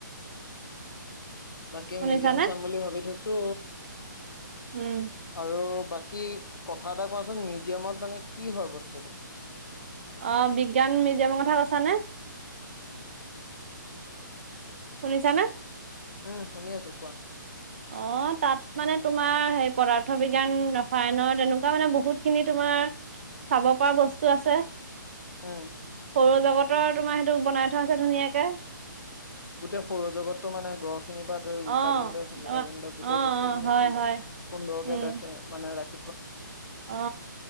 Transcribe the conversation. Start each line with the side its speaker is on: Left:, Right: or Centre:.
Left: বাকী
Right: শুনিছানে?
Left: মিউজিয়াম চাম বুলি ভাবি থৈছো
Right: উম,
Left: আৰু বা কি কথা এটা কোৱাচোন মিউজিয়ামত মানে কি হয় বস্তুটো।
Right: অ বিজ্ঞান মিউজিয়ামৰ কথা কৈছানে? শুনিছানে?
Left: উম শুনি আছো কোৱা।
Right: অ তাত মানে তোমাৰ সেই পদাৰ্থ বিজ্ঞান ৰসায়নৰ তেনেকুৱা মানে বহুত খিনি তম তোমাৰ চাব পৰা বস্তু আছে।
Left: আহ।
Right: সৌৰ জগতৰ আৰু তোমাৰ সেইটো বনাই থোৱা আছে ধুনীয়াকে।
Left: গোটেই সৌৰজগতটো মানে গ্ৰহ। খিনিৰ পৰা ধৰি
Right: অ',
Left: উলকা পিন্ধ চুল্কা
Right: অ',
Left: কা পিন্ধ গোটেই
Right: অ', অ',
Left: বস্তু খিনি
Right: হয়,
Left: সুন্দৰকে
Right: হয়, উম,
Left: ৰাখে মানে ৰাখ।
Right: অ